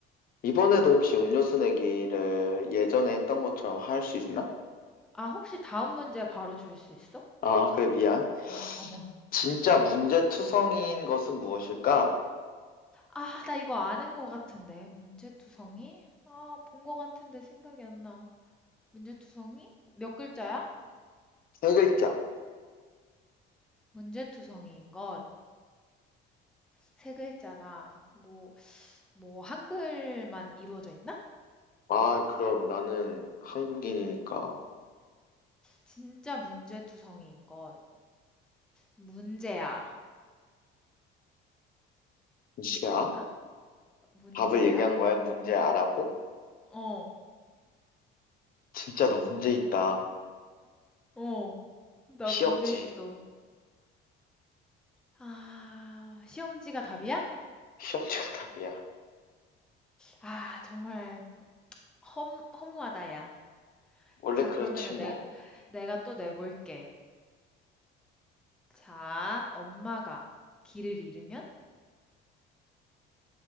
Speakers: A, on the left; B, in the centre.
A: 이번에도 혹시 음료수 내기를 예전에 했던 것처럼 할 수 있나?
B: 아, 혹시 다음 문제 바로 줄 수 있어?
A: 아, 그래, 미안.
B: 응. 어머.
A: 진짜 문제투성이인 것은 무엇일까?
B: 아, 나 이거 아는 것 같은데. 문제투성이? 아, 본 것 같은데 생각이 안 나. 문제투성이? 몇 글자야?
A: 세 글자.
B: 문제투성이인 것, 세 글자다. 뭐, 뭐, 한글만 이루어져 있나?
A: 아, 그럼 나는 한국인이니까.
B: 진짜 문제투성이인 것. 문제야.
A: 문제야?
B: 아닌가? 문제야?
A: 답을 얘기한 거야? 문제 아라고?
B: 어,
A: 진짜 너 문제 있다.
B: 어, 나
A: 시험지.
B: 문제 있어. 아, 시험지가 답이야?
A: 시험지가 답이야.
B: 아, 정말 허무, 허무하다, 야.
A: 원래
B: 자,
A: 그렇지,
B: 그러면은
A: 뭐.
B: 내, 내가 또 내볼게. 자, 엄마가 길을 잃으면?